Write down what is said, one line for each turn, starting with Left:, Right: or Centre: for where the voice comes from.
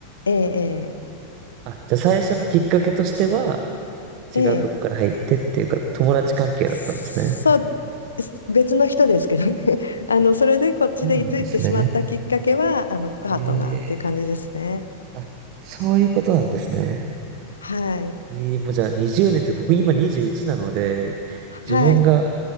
Left: ええ、
Right: あ、じゃあ最初のきっかけとしては、
Left: ええ、
Right: 違うとこから入ってっていうか、
Left: ええ
Right: 友達関係だったんですね。
Left: そう、す別の人ですけどね。<laughs> あの、
Right: あ、そ
Left: それでこっちで居ついてしまったきっかけは、
Right: うなんですね。
Left: あの、パートナーっていう感じですね。
Right: ええ、あ、そういうことなんですね。
Left: はい。
Right: ええもうじゃあ20年って僕今21なので、自分が
Left: はい。